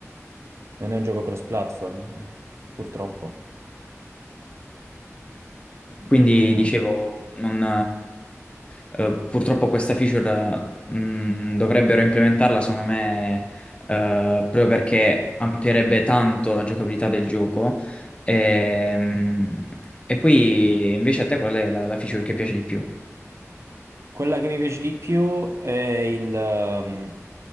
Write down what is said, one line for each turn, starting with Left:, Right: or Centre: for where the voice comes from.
Right: non è un gioco cross-platform, eh, purtroppo.
Left: Quindi
Right: Mm,
Left: dicevo, non, eh, eh, purtroppo questa feature mh, dovrebbero implementarla, secondo me, eh, proprio perché amplierebbe tanto la giocabilità del gioco. E, mh, e poi invece a te qual è la, la feature che piace di più?
Right: quella che mi piace di più è il, ehm,